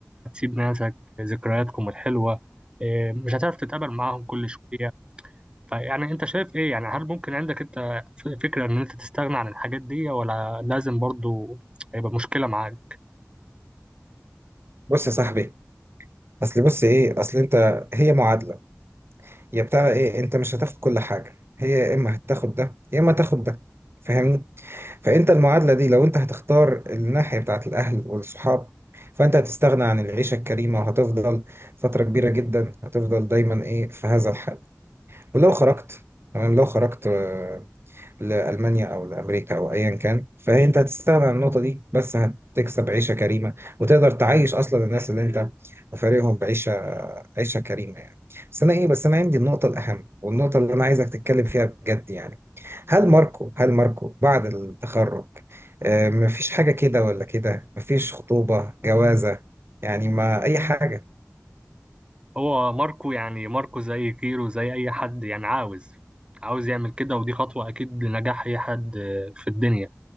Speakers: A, on the right; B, on the right.
A: هتسيب ناسك ذكرياتكم الحلوة آه، مش هتعرف تتقابل معاهم كل شوية فيعني أنت شايف إيه يعني هل ممكن عندك أنت ف- فكرة إن أنت تستغنى عن الحاجات دي ولا لازم برضو هيبقى مشكلة معاك؟
B: بص يا صاحبي اصل بص ايه اصل انت هي معادله يا بتاع ايه انت مش هتاخد كل حاجه هي يا اما هتاخد ده يا اما هتاخد ده فاهمني فانت المعادله دي لو انت هتختار الناحيه بتاعت الاهل والصحاب فانت هتستغنى عن العيشه الكريمه وهتفضل فتره كبيره جدا هتفضل دايما ايه في هذا الحال ولو خرجت تمام لو خرجت آه، لألمانيا أو لأمريكا أو أيا كان فهي أنت هتستغنى عن النقطة دي بس هتكسب عيشة كريمة وتقدر تعيش أصلا الناس اللي أنت فارقهم بعيشة عيشة كريمة يعني بس أنا إيه بس أنا عندي النقطة الأهم والنقطة اللي أنا عايزك تتكلم فيها بجد يعني هل ماركو هل ماركو بعد التخرج آه، مفيش حاجة كده ولا كده مفيش خطوبة جوازة يعني ما أي حاجة
A: هو ماركو يعني ماركو زي كيرو زي اي حد يعني عاوز عاوز يعمل كده ودي خطوة اكيد لنجاح اي حد آه، في الدنيا